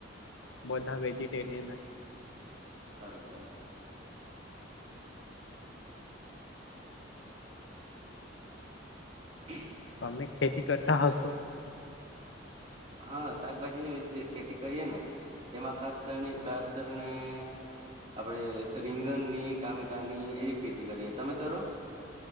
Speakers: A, on the left; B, on the right.
A: બધ. વેજીિટેરિયન.
B: સારું કેવાય <inaudible>
A: તમે ખેતી કરતા હશો.
B: હા શાકભાજીની વે ખેતી કરીએ ને તેમાં ખાસ કરીને ખાસ કરીને આપડે રીંગણની ટામેટાની એવી ખેતી કરીએ તમે કરો.